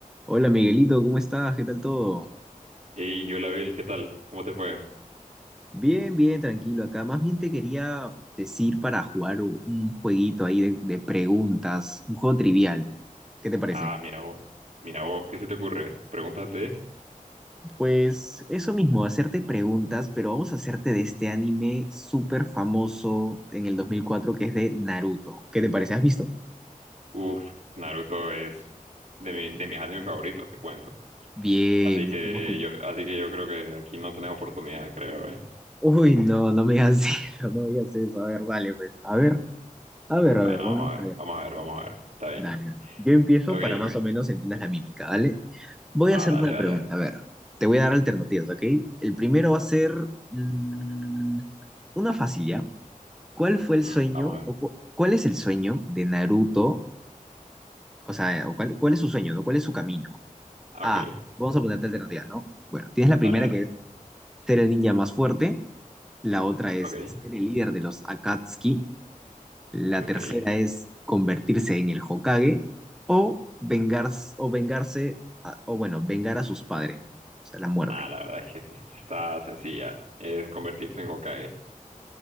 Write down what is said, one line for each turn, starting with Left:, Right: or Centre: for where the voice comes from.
Centre: Hola Miguelito, ¿cómo estás? ¿Qué tal todo?
Right: y yo la vi ¿qué tal? ¿Cómo te fue?
Centre: Bien, bien, tranquilo acá. Más bien te quería decir para jugar u- un jueguito ahí de, de preguntas, un juego trivial. ¿Qué te parece?
Right: Ah, mira vos, mira vos, ¿qué se te ocurre? Pregúntate.
Centre: Pues eso mismo, hacerte preguntas, pero vamos a hacerte de este anime súper famoso en el 2004 que es de Naruto. ¿Qué te parece? ¿Has visto?
Right: Uf, Naruto es de, mi- de mis animes favoritos, te cuento.
Centre: Bien,
Right: Así
Centre: bien,
Right: que
Centre: estamos como...
Right: yo, así que yo creo que aquí no tenés oportunidad, creo, ¿eh?
Centre: Uy, no, no me digas <laughs> eso, no me digas eso. A ver, dale, pues. A ver, a ver,
Right: Bueno,
Centre: a ver, Va,
Right: vamos
Centre: vamos
Right: a ver,
Centre: a ver.
Right: vamos a ver, vamos a ver. Está bien.
Centre: Dale. Yo empiezo
Right: Ok.
Centre: para más o menos entiendas la mímica, ¿vale? Voy
Right: Ah,
Centre: a hacerte
Right: dale,
Centre: una
Right: dale.
Centre: pregunta, a ver. Te voy a dar alternativas, ¿ok? El primero va a ser mm, una fácil, ¿ya? ¿Cuál fue el
Right: Mm,
Centre: sueño
Right: vamos a ver.
Centre: o cu- cuál es el sueño de Naruto? O sea, o cuál, cuál es su sueño, ¿no? ¿Cuál es su camino?
Right: Ah,
Centre: Ah,
Right: Ok.
Centre: vamos a ponerte alternativas, ¿no? Bueno, tienes la
Right: Dale,
Centre: primera
Right: dale.
Centre: que es ser el ninja más fuerte, la otra es
Right: Ok,
Centre: ser el líder de los Akatsuki La
Right: ok.
Centre: tercera es convertirse en el Hokage o vengarse, o vengarse, a- o bueno, vengar a sus padres, ¿no? O sea, la muerte.
Right: Nah, la verdad es que sí, esta está sencilla. Es convertirse en Hokage.